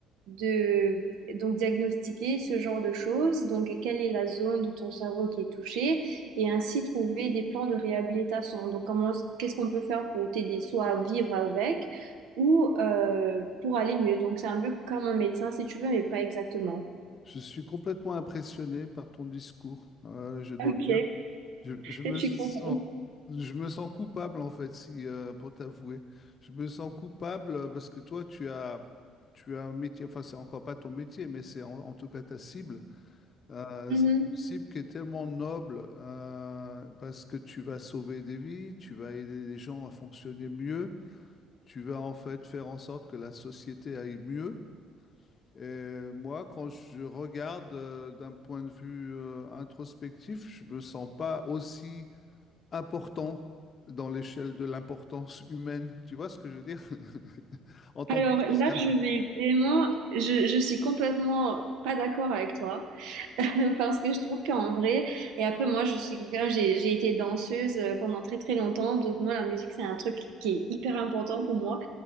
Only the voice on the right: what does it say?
de donc diagnostiquer ce genre de choses. Donc, quelle est la zone de ton cerveau qui est touchée et ainsi trouver des plans de réhabilitation. Donc, comment, qu'est-ce qu'on peut faire pour t'aider soit à vivre avec ou euh, pour aller mieux. Donc, c'est un peu comme un médecin si tu veux, mais pas exactement.
Ok,
je suis
contente.
Mhm.
Alors
là, je vais vraiment, je, je suis complètement pas d'accord avec toi <laughs> parce que je trouve qu'en vrai, et après moi, je suis quelqu'un, j'ai, j'ai été danseuse euh, pendant très très longtemps, donc moi, la musique, c'est un truc qui est hyper important pour moi.